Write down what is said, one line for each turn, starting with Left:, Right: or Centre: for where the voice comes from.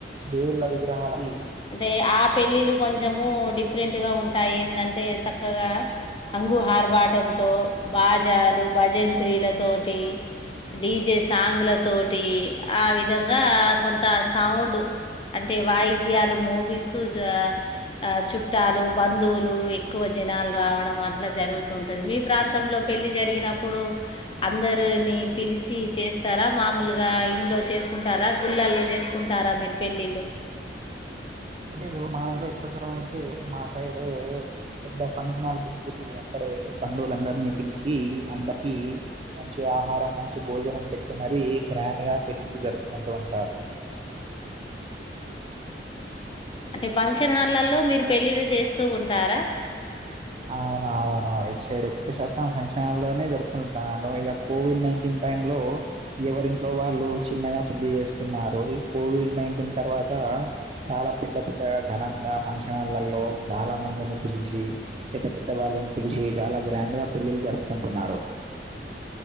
Right: దేవుళ్ళ విగ్రహాలవి
Left: అంటే ఆ పెళ్ళిళ్లు కొంచము డిఫరెంట్ గా ఉంటాయి ఏంటంటే చక్కగా హంగుహార్బాటంతో బాజాలు భజంత్రీల తోటి డీజే సాంగ్ల తోటి ఆ విధంగా కొంత సౌండ్ అంటే వాయిద్యాలు మోగిస్తూ దా ఆ చుట్టాలు బంధువులు ఎక్కువ జనాలు రావడం అట్లా జరుగుతూంటది మీ ప్రాంతంలో పెళ్లి జరిగినప్పుడు అందరిని పిలిచి చేస్తారా మామూలుగా ఇంట్లో చేస్ కుంటారా గుళ్ళల్లో చేసుకుంటారా మీరు పెళ్ళిళ్ళు
Right: లేదు మా ఇం ఎక్కువ చరం అయితే మా సైడు పెద్ద ఫంక్షన్ హాల్ బుక్ చేసి అక్కడే బంధువులందరినీ పిలిచి అందరికి మంచి ఆహారం మంచి భోజనం పెట్టి మరీ గ్ర గ్రాండ్గా పెళ్ళి జరుపుకుంటూ ఉంటారు
Left: అంటే ఫంక్షన్ హాల్లలో మీరు పెళ్ళిళ్ళు చేస్తూ ఉంటారా
Right: అవును అవును ఇటు సైడ్ ఎక్కువ శాతం ఫంక్షన్ హాల్లోనే జరుపుకుంటారు ఇక కోవిడ్ నైన్టీన్ టైమ్ లో ఎవరింట్లో వాళ్ళు చిన్నగా పెళ్లి చేసుకున్నారు కోవిడ్ నైన్టీన్ తర్వాత చాలా పెద్ద పెద్దగా ఘనంగా ఫంక్షన్ హాల్లలో చాలా మందిని పిలిచి పెద్ద పెద్ద వాళ్ళని పిలిచి చాలా గ్రాండ్గా పెళ్ళిళ్లు జరుపుకుంటున్నారు